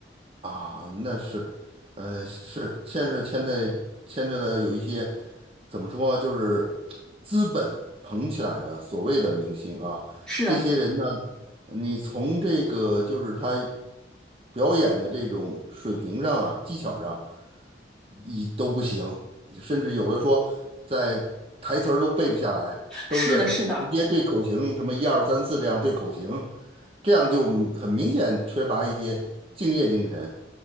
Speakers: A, on the right; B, in the centre.
A: 啊，那是，呃，是牵是牵在牵着的有一些怎么说，就是资本捧起来的所谓的明星啊，
B: 是的，
A: 这些人呢，你从这个就是他表演的这种水平上啊，技巧上，一都不行，甚至有的说在台词儿都背不下来，都是直接对口型，
B: 是的，是的。
A: 什么一二三四这样对口型，这样就很明显缺乏一些敬业精神。